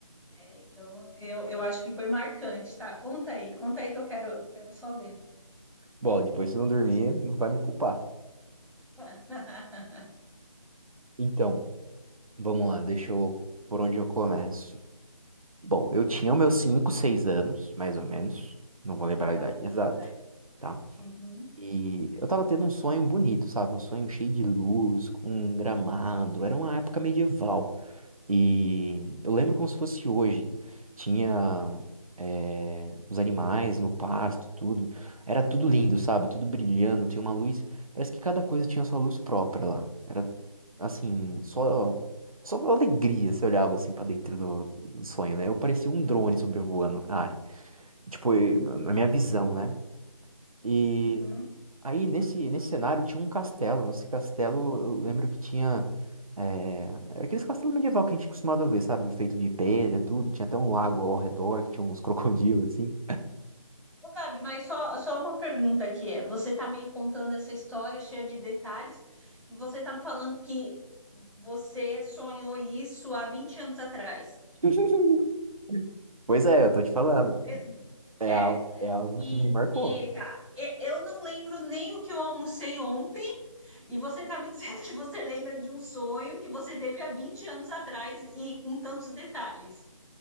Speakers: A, in the centre; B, on the right.
A: É, então, eu, eu acho que foi marcante, tá? Conta aí, conta aí que eu quero, quero só ver.
B: Bom, depois você não dormir, não vai me culpar.
A: <laughs>
B: Então, Vamos lá, deixa eu. Por onde eu começo? Bom, eu tinha os meus 5, 6 anos, mais ou menos. Não vou lembrar a
A: Tá
B: idade
A: bom,
B: exata,
A: vai.
B: tá?
A: Uhum.
B: E eu tava tendo um sonho bonito, sabe? Um sonho cheio de luz, com um gramado. Era uma época medieval. E eu lembro como se fosse hoje. Tinha eh, os animais no pasto, tudo. Era tudo lindo, sabe? Tudo brilhando, tinha uma luz. Parece que cada coisa tinha sua luz própria lá. Era assim, só só alegria você olhava assim pra dentro do, do sonho, né? Eu parecia um drone sobrevoando a área. Tipo, eu- na minha visão,
A: Entendi.
B: né? e
A: Uhum.
B: Aí nesse, nesse cenário tinha um castelo. Nesse castelo eu lembro que tinha. É, era aqueles castelos medieval que a gente costumava ver, sabe? Feito de pedra, e tudo. Tinha até um lago ao redor, que tinha uns crocodilos assim.
A: Ô, Gabi, mas só, só uma pergunta aqui. Você está me contando essa história cheia de detalhes e você está me falando que você sonhou isso há 20 anos atrás,
B: <laughs> Pois é, eu tô te falando.
A: mesmo?
B: É,
A: É.
B: al- é algo
A: E,
B: que me marcou.
A: e tá, E- eu não lembro nem o que eu almocei ontem. E você está me dizendo <laughs> que você lembra de um sonho que você teve há 20 anos atrás e com tantos detalhes.